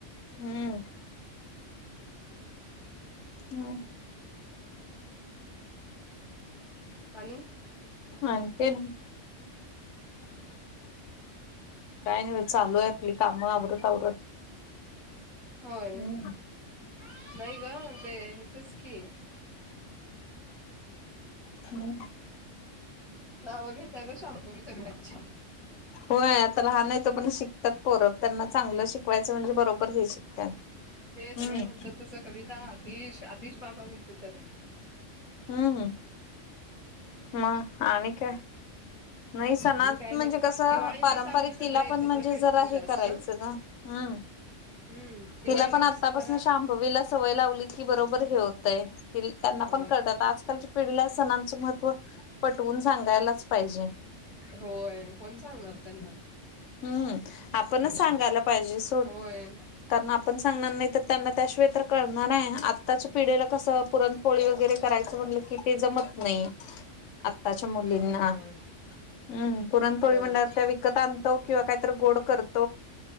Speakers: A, on the left; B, on the left.
A: हम्म हम्म.
B: आणि?
A: आणखीन? काय नाही चालू आहे आपली कामं आवरत आवरत.
B: होय.
A: हम्म
B: नाही ग ते हयाचच की.
A: हम्म.
B: नाव घेताय का शांभवी सगळ्यांचे?
A: होय आता लहान आहे तोपर्यंत शिकतात पोरक त्यांना चांगलं शिकवायचं म्हणजे बरोबर हे शिकतात.
B: ते सगळे
A: हम्म.
B: म्हणत्यात तस कविता आतिश आतिश दादा म्हणतात त्या दा.
A: हम्म म आणि काय? नाही सणात
B: आणि काय
A: म्हणजे
B: नाही बघ
A: कसं
B: दिवाळीलाच
A: पारंपरिक
B: आम्ही सगळे
A: तिला
B: एकत्र
A: पण म्हणजे
B: भेटतो
A: जरा
B: जास्त
A: हे करायचं ना हम्म.
B: हम्म. दिवाळीला
A: तिला पण आत्तापासून
B: कसं जरा
A: शांभवीला सवय लावली की बरोबर हे होतंय. तिल त्यांना
B: होय
A: पण कळतात आजकालच्या पिढीला सणांचं महत्त्व पटवून सांगायलाच पाहिजे.
B: होय कोण सांगणार त्यांना.
A: हम्म आपणच
B: आपल्याशिवाय
A: सांगायला पाहिजे सोड.
B: होय
A: कारण आपण सांगणार नाही त त्यांना त्याशिवाय तर कळणार आहे आत्ताच्या पिढीला कसं पुरण पोळी वगैरे करायचं म्हणलं की ते जमत नाही. आत्ताच्या मुलींना
B: होय
A: हम्म पुरणपोळी
B: होय
A: म्हंणल्यावर त्या विकत आण तो किंवा काही गोड करत